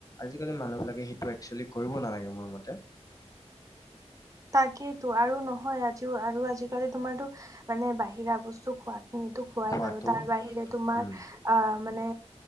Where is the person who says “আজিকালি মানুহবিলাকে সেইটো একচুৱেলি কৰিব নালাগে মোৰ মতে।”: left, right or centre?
Left